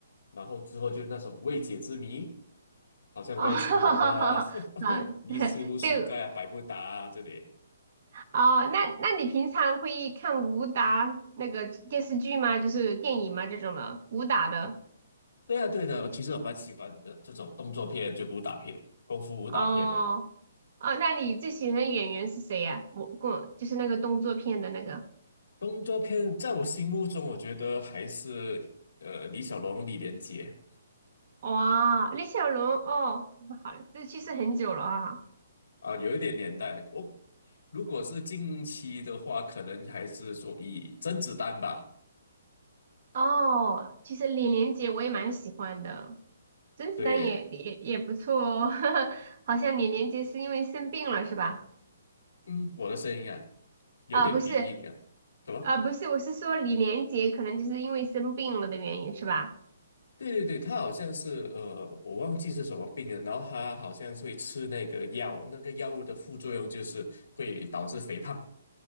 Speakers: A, on the left; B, on the right.
A: 然后之后就那种未解之谜，好像外星人啊、
B: 哦，<laughs> 好，
A: <laughs>
B: <laughs>
A: 尼斯湖水怪啊、
B: 对，
A: 百慕达啊这里。
B: 哦，那那你平常会看武打那个电视剧吗？就是电影吗？这种的武打的？
A: 对啊，对的，我其实我蛮喜欢的这种动作片，就武打片、功夫武打片的。
B: 哦，哦，那你最喜欢的演员是谁呀、我我就是那个动作片的那个。
A: 动作片在我心目中，我觉得还是呃李小龙、李连杰
B: 哇，李小龙哦，好，这去世很久了啊。
A: 啊，有一点年代。我、如果是近期的话，可能还是说以甄子丹吧。
B: 哦，其实李连杰我也蛮喜欢的，甄子丹也也也不错哦。
A: 对，
B: <laughs> 好像李连杰是因为生病了是吧？
A: 嗯，我的声音啊，有一点鼻音啊，
B: 啊，不是，
A: 怎么？
B: 啊，不是，我是说李连杰可能就是因为生病了的原因是吧？
A: 对对对，他好像是呃，我忘记是什么病了，然后他好像是会吃那个药，那个药物的副作用就是会导致肥胖。